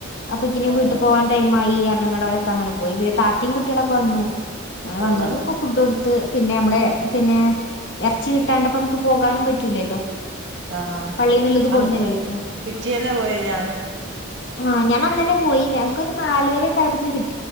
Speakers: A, on the left; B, on the right.
A: അപ്പൊക്കിന്
B: ഏ
A: വീട്ടിൽ പോവാ ടൈമായി പറഞ്ഞുങ്ങട് ഒരൊക്കെ അങ്ങനെ പോയി പിന്നെ താത്തിം കുട്ടികളൊക്കെ വന്നു അ വന്നോര്കൊക്കെ
B: ആ
A: ഫുഡ് കൊടുത്ത് പിന്നെ നമ്മള പിന്നെ ഇറച്ചി കിട്ടാണ്ടപ്പോ നമുക്ക് പോകാനും പറ്റൂലല്ലോ.
B: ആഹ്
A: പള്ളീന്ന്ള്ളത്
B: അ
A: കൊടുന്നരല്ലോ പിന്നെ
B: പിറ്റേന്നെ പോയി ഞാനും
A: ആഹ് ഞാനന്നെന്നെ പോയി ഞാൻ <unintelligible>